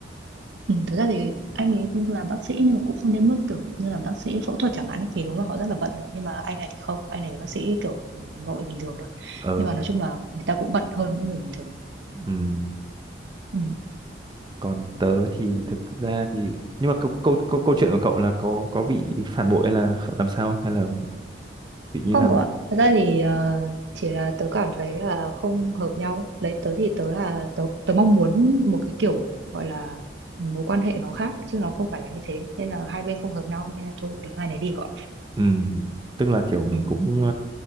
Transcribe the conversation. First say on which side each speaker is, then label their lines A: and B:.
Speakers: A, on the right; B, on the right.
A: Ừ, thực ra thì anh ấy cũng là bác sĩ nhưng mà cũng không đến mức kiểu như là bác sĩ phẫu thuật chẳng hạn ấy, thì đúng là họ rất là bận được nhưng mà anh này thì không anh này là bác sĩ kiểu nội bình thường thôi
B: Ờ.
A: nhưng mà nói chung là người ta cũng bận hơn những người bình thường
B: ừm.
A: ừ.
B: Còn tớ thì thực ra thì nhưng mà câu câu câu, câu chuyện của cậu là có có bị phản bội hay là làm sao hay là bị như
A: Không
B: nào?
A: có ạ. Thật ra thì ờ, chỉ là tớ cảm thấy là không hợp nhau. Đấy, tớ thì tớ là tớ, tớ mong muốn một cái kiểu gọi là mối quan hệ nó khác chứ nó không phải là như thế. Nên là hai bên không hợp nhau nên là thôi đến ngày này đi cậu ạ.
B: Ừm, tức là kiểu mình
A: Ừ.
B: cũng